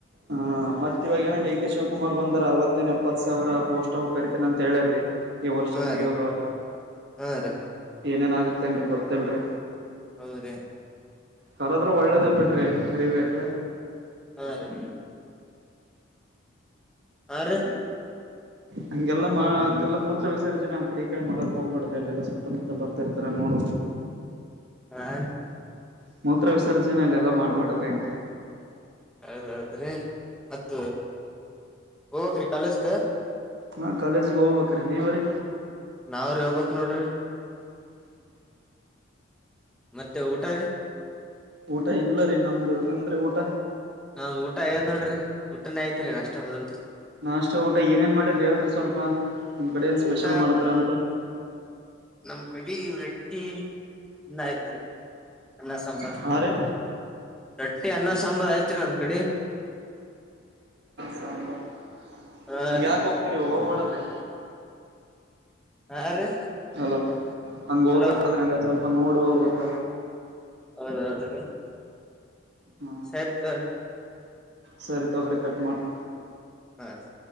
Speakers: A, on the right; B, in the centre.
A: ಹ ಮತ್ತ ಇವಾಗ ಏನ ಡಿ ಕೆ ಶಿವಕುಮಾರ್ ಬಂದ್ರ ಅರವತ್ತೇನ ಎಪ್ಪತ್ ಸಾವಿರ ಪೋಸ್ಟ್ ಅವ್ ಕರಿತೇನ ಅಂತ ಹೇಳಾರ್ರೀ ಈ ವರ್ಷ
B: ಹಾ
A: ಮುಗಿಯೋದೊಳಗ
B: ರೀ ಹಾ ರೀ
A: ಏನೇನಾಗತ್ತೆ ಅನ್ರಿ ಗೊತ್ತಲ್ರಿ
B: ಹೌದ್ರಿ
A: ಕರದ್ರ ಒಳ್ಳೇದೇ ಬಿಟ್ರಿ ಕರಿಬೇಕ
B: ಹಾ ರೀ ಆ ರೀ
A: ಹಂಗೆಲ್ಲ ಹಂಗೆಲ್ಲಾ ಮೂತ್ರ ವಿಸರ್ಜನೆ ಆಕಡೆ ಕಡೆ ಮಾಡಕ್ ಹೋಗ್ಬಾರಡ್ರೆ ಎಲ್ಲ ಸುತ್ತಮುತ್ತ ಬರ್ತಿರ್ತಾರ ನೋಡ
B: ಹಾ
A: ಮೂತ್ರ ವಿಸರ್ಜನೆ ಅಲ್ಲ ಎಲ್ಲ ಮಾಡಬಾರಡ್ರಿ ಹಂಗ
B: ಹೌದೌದ್ರಿ ಮತ್ತ ಹೋಗ್ಬೇಕ್ರಿ ಕಾಲೇಜ್ಗೆ
A: ಹಾ ಕಾಲೇಜ್ ಹೋಗ್ಬೇಕ್ರಿ ನೀವರಿ
B: ನಾವ್ರಿ ಹೋಗ್ಬೇಕ್ ನೋಡ್ರಿ ಮತ್ತೆ ಊಟ ರೀ
A: ಊಟ ಇಲ್ಲ ರೀ ನಮ್ದು ನಿಂದ್ರಿ ಊಟ
B: ನಾವ್ ಊಟ ಆಗದ್ ನೋಡ್ರಿ ಊಟನೇ ಐತ್ರಿ ನಷ್ಟ ಮೊದಲ್ಲು
A: ನಾಷ್ಟೇ ಊಟ ಏನೇನ್ ಮಾಡಿದ್ರಿ ಹೇಳ್ರಿ ಸ್ವಲ್ಪ ನಿಮ್ ಕಡೆ ಏನ್ ಸ್ಪೆಷಲ್
B: ಊಟ
A: ಮಾಡ್ತಾರ ಅಂತ
B: ನಮ್ ಕಡಿ ರೆಟ್ಟಿ ಅನ್ನ ಐತ್ರಿ ಅನ್ನ ಸಾಂಬಾರ್
A: ಹಾ ರೀ
B: ರಟ್ಟಿ ಅನ್ನ ಸಾಂಬಾರು ಐತ್ರಿ ನಮ್ ಕಡೆ
A: ಸಾಂಬಾರ್
B: ಹಾ
A: ಹಂಗ
B: ರೀ
A: ಯಾಕ ಹೋಗ್ ಹರಿ ಹೋಗ್ ಮಾಡದ್ರಿ
B: ಹಾ ರೀ
A: ಹಲೋ ಹಂಗೋಗಬಾಡದ್ರಿ
B: ಹಲೋ
A: ಅಂಗ ಸ್ವಲ್ಪ ನೋಡಿ ಹೋಗ್ಬೇಕ.
B: ಹೌದೌದ್ರಿ.
A: ಹ್ಮ
B: ಸರಿ ತೊರಿ.
A: ಸರಿ ತಗೊರಿ ಕಟ್ ಮಾಡ್
B: ಹ್ಮ